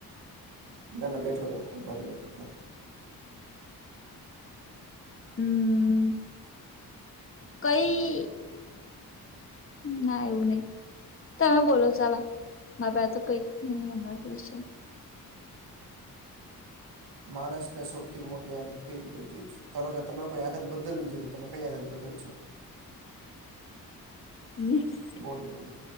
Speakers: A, on the right; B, on the left.
A: ના ના બેઠો ઉભા રહેવા કરતા
B: હમ્મ. કઈ ના એવું નહી તમે બોલો ચાલો મારી પાસે તો કઈ ભી નહી હમણાં ક્વેશચન
A: માણસને સૌથી મોટી આદત કઈ ખબર છે ધારો કે તમારે કોઈ આદત બદલવી છે તો તમે કઈ આદત બદલશો
B: <unintelligible>
A: બોલો તમે